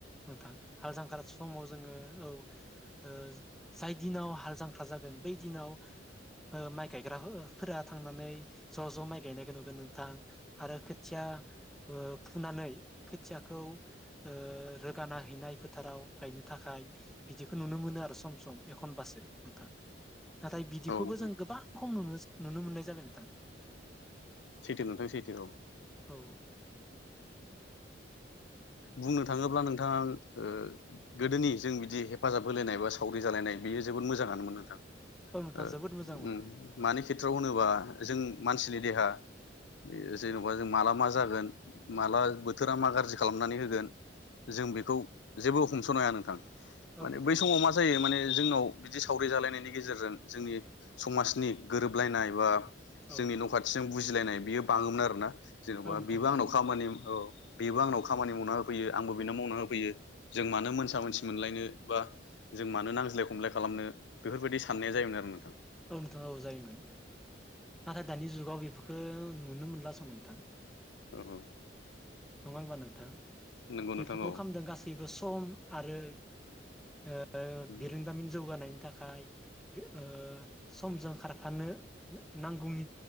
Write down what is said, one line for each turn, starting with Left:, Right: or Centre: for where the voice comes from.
Centre: नोंथां हाल जांख्रार समाव जोङो औ ओ जायदिनाव हाल जांख्ला जागोन बै दिनाव ओ माइ गायग्राफोरा थांनानै ज' ज' माइ गायनायखौ नुगोन नोंथां आरो खोथिया ओ‌ फुनानै खोथियाखौ ओ रोगाना हैनाय फोथाराव गायनो थाखाय बिदिखौ नुनो मोनो आरो सम सम एखनबासो नोंथां नाथाय
Left: औ
Centre: बिदिखौबो जों
Left: औ
Centre: गोबां खम नुनो नुनो मोननाय जाबाय नोंथां
Left: सैथो नोंथां सैथो औ
Centre: औ
Left: बुंनो थाङोब्ला नोंथाङा ओ गोदोनि जों बिदि हेफाजाब होलायनाय बा सावरि जालायनाय बियो जोबोद मोजाङानोमोन नोंथां
Centre: औ नोंथां
Left: ओ
Centre: जोबोद मोजांमोन
Left: उम मानि खेथ्रआव होनोबा जों मानसिनि देहा बे जेनेबा जों माला मा जागोन माला बोथोरा मा गाज्रि खालामनानै होगोन जों बेखौ जेबो हमस'नो हाया नोंथां
Centre: औ
Left: माने
Centre: नोंथां
Left: बै समाव
Centre: औ
Left: मा जायो माने जोंनाव बिदि सावरि जालायनायनि गेजेरजों जोंनि समाजनि गोरोबलायनाय बा जोंनि
Centre: औ
Left: न' खाथिजों बुजिलायनाय बियो बाङोमोन आरो ना जेन'बा
Centre: औ नोंथां
Left: बेबो
Centre: बाङोमोन
Left: आंनाव खामानि औ बेबो आंनाव खामानि माव मावना होफैयो आंबो बिनो मावना होफैयो जों मानो मोनसा मोनसि मोनलायनो बा जों मानो नांज्लाय खमलाय खालामनो बेफोरबायदि साननाया जायोमोन आरो नोंथां
Centre: औ नोंथाङा औ जायोमोन नाथाय दानि जुगाव बेफोरखौ नुनो मोनला सम नोंथां
Left: नोंथां उम औ औ
Centre: नङा होनबा नोंथां
Left: नंगौ नोंथां
Centre: बेफोरखौ
Left: औ
Centre: खालामदों गासैबो सम आरो हो ओ
Left: उम
Centre: बिरोंदामिन जौगानायनि थाखाय फ्राय ओ समजों खारफानो नांगौनि